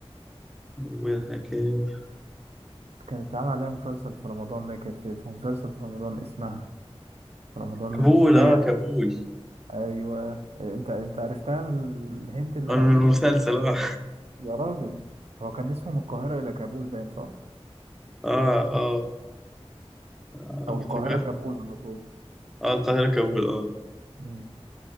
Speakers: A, in the centre; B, on the right (about 75°).
A: أولها كاف
B: كانت اتعمل عليها مسلسل في رمضان ما كانت في في مسلسل في رمضان اسمها في رمضان
A: كابول
B: مش ده
A: آه
B: يعني؟
A: كابول
B: ايوه انت انت عرفتها من الهنت اللي
A: آه،
B: انا
A: من
B: قلته
A: المسلسل
B: ده
A: آه
B: يا راجل هو كان اسمه من القاهرة الى كابول باين صح
A: آه آه. افتكرت
B: او القاهرة كابول على طول
A: اه القاهرة كول اه
B: مم.